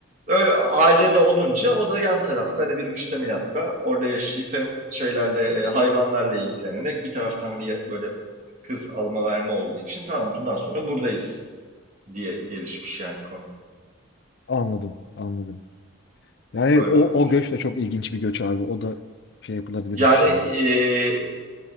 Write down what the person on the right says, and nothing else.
Öyle ailede olunca o da yan tarafta hani bir müştemilatta orada yaşayıp hem şeylerle e, hayvanlarla ilgilenerek bir taraftan hani böyle kız alma verme olduğu için tamam bundan sonra buradayız diye gelişmiş yani konu.
Öyle
olmuş.
Yani e,